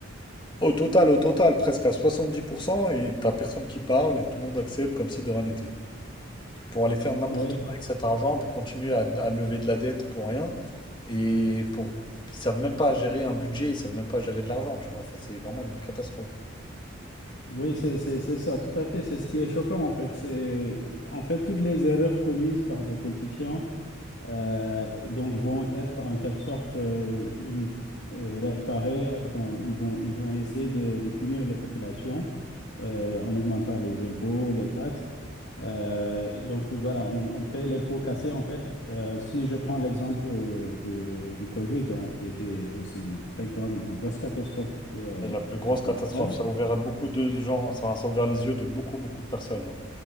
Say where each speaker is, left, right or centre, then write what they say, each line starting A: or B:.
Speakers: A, on the left; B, on the left.
A: au total, au total, presque à 70%, et t'as personne qui parle, et tout le monde accepte comme si de rien n'était. pour aller faire n'importe
B: Oui,
A: quoi avec cet argent, pour continuer à, à lever de la dette pour rien. Et pour, ils savent même pas gérer un budget, ils savent même pas gérer de l'argent, tu vois. Enfin, c'est vraiment une catastrophe.
B: Oui, c'est c'est- c'est ça, tout à fait. C'est ce qui est choquant, en fait. C'est, en fait, toutes les erreurs commises par les politiciens euh, donc vont être en quelque sorte euh, hum, euh, réparées, enfin, ils vont, ils vont essayer de, de punir les populations euh, en augmentant les impôts, les taxes. Euh, donc voilà, on, on paie les pots cassés, en fait. Euh, si je prends l'exemple euh, de, du Covid, hein, qui était aussi une très grande, une grosse catastrophe euh,
A: C'est la plus grosse
B: donc,
A: catastrophe.
B: mondiale,
A: Ça a ouvert à beaucoup de gens, ça, ça a ouvert les yeux de beaucoup, beaucoup de personnes. hein.